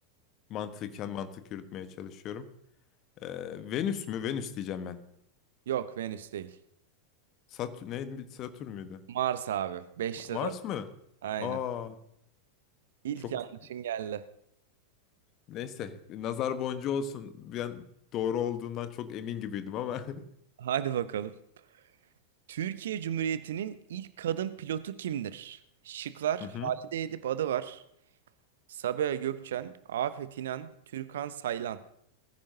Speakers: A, on the left; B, on the right.
A: Mantıken mantık yürütmeye çalışıyorum. Ee, Venüs mü? Venüs diyeceğim ben.
B: Yok Venüs değil.
A: Satür neydi? Satürn müydü?
B: Mars abi. beşte
A: Ma- Mars
B: 4.
A: mı?
B: Aynen.
A: Aa,
B: İlk
A: çok
B: yanlışın geldi.
A: neyse. Nazar boncuğu olsun. Ben doğru olduğundan çok emin gibiydim ama. <laughs>
B: Hadi bakalım. Türkiye Cumhuriyeti'nin ilk kadın pilotu kimdir? Şıklar
A: Hı hı.
B: Halide Edip adı var. Sabiha Gökçen, Afet İnan, Türkan Saylan.